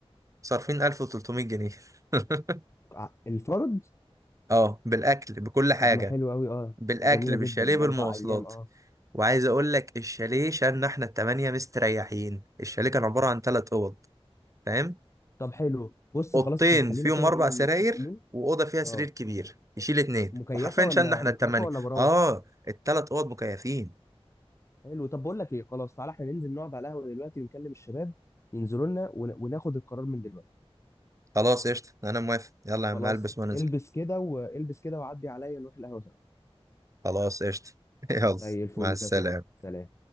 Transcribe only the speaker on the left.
ع- الفرد
طب ما حلو قوي اه
ده جميله
جدا ده
اربع ايام اه
طب حلو بص
خلاص احنا خلينا
كده
ايه
متفقين
اه
مكيفه
ولا
مكيفه
ولا مراوح
حلو طب بقول لك ايه خلاص تعالى احنا ننزل نقعد على القهوه دلوقتي ونكلم الشباب ينزلوا لنا ون- وناخد القرار من دلوقتي
خلاص
البس كده والبس كده وعدي عليا نروح القهوة سوا
زي الفل
يا صديقي سلام